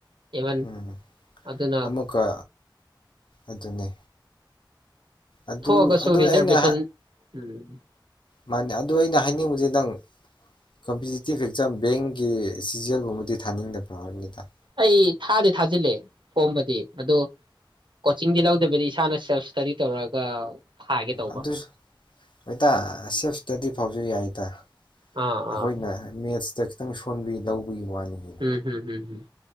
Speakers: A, on the right; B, on the left.
A: ꯏꯕꯟ
B: ꯎꯝ
A: ꯑꯗꯨꯅ
B: ꯑꯃꯨꯛꯀ ꯑꯗꯨꯅꯤ ꯑꯗꯨ
A: ꯊꯣꯛꯑꯒꯁꯨ
B: ꯑꯗꯨ
A: ꯔꯤꯖꯔꯚꯦꯁꯟ
B: ꯑꯩꯅ
A: ꯎꯝ
B: ꯃꯥꯅꯦ ꯑꯗꯨ ꯑꯩꯅ ꯍꯥꯏꯅꯤꯡꯕꯁꯦ ꯈꯤꯇꯥꯪ ꯀꯝꯄꯤꯇꯤꯇꯤꯞ ꯑꯦꯛꯖꯥꯝ ꯕꯦꯡꯒꯤ ꯁꯤꯖꯦꯜꯒꯨꯝꯕꯗꯤ ꯊꯥꯅꯤꯡꯗꯕꯔꯣ ꯍꯥꯏꯝꯅꯤꯗ ꯫
A: ꯑꯩ ꯊꯥꯗꯤ- ꯊꯥꯖꯤꯜꯂꯦ ꯐꯣꯝꯕꯗꯤ ꯑꯗꯨꯗꯣ ꯀꯣꯆꯤꯡꯗꯤ ꯂꯧꯗꯕꯤꯗꯤ ꯏꯁꯥꯅ ꯁꯦꯜꯞ ꯏꯁꯇꯗꯤ ꯇꯧꯔꯒ ꯊꯥꯒꯦ ꯇꯧꯕ
B: ꯑꯗꯨ ꯍꯇꯥ ꯁꯦꯜꯄ ꯏꯁꯇꯗꯤ ꯐ ꯌꯥꯏꯗ
A: ꯑꯥ
B: ꯑꯈꯣꯏꯅ
A: ꯑꯥ
B: ꯃꯦꯠꯁꯇꯥ ꯈꯤꯇꯪ ꯁꯣꯟꯕꯤ ꯂꯧꯕꯤꯨ ꯋꯥꯅꯤ ꯀꯩꯅꯣ
A: ꯎꯝ ꯍꯝ ꯎꯝ꯫